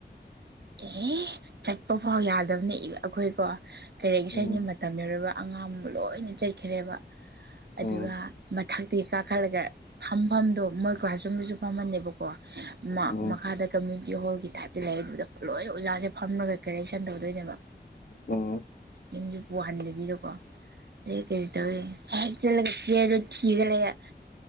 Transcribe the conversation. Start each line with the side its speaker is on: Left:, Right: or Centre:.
Right: ꯑꯦꯍ ꯆꯠꯄ ꯐꯥꯎ ꯌꯥꯗꯕꯅꯦ ꯏꯕ ꯑꯩꯈꯣꯏꯀꯣ ꯀꯩꯔꯦꯛ ꯁꯒꯤ
Left: ꯎꯝ
Right: ꯇꯝꯅꯔꯕ ꯑꯉꯥꯡ ꯂꯣꯏꯅ ꯆꯩꯠꯈ꯭ꯔꯦꯕ ꯑꯗꯨꯒ
Left: ꯎꯝ
Right: ꯃꯊꯛꯇꯒꯤ ꯀꯥꯈꯠꯂꯒ ꯐꯝꯐꯝꯗꯣ ꯃꯣꯏ ꯀ꯭ꯂꯥꯁꯔꯨꯝꯗꯁꯨ ꯐꯝꯍꯜꯟꯅꯦꯕꯀꯣ
Left: ꯎꯝ
Right: ꯃꯈꯥꯗ ꯀꯝꯃ꯭ꯌꯨꯅꯤꯇꯤ ꯍꯣꯜꯒꯤ ꯇꯥꯏꯞꯇ ꯂꯩ ꯑꯗꯨꯗ ꯂꯣꯏ ꯑꯣꯖꯥꯁꯦ ꯐꯝꯔꯒ ꯀꯦꯔꯦꯛꯁꯟ ꯇꯧꯗꯣꯏꯅꯦꯕ
Left: ꯎꯝ
Right: ꯌꯁꯨ ꯋꯥꯍꯟꯗꯕꯤꯗꯀꯣ ꯀꯔꯤ ꯇꯧꯋ ꯍꯦꯛ ꯆꯂꯔ ꯊꯤꯒ ꯂꯩꯌꯦ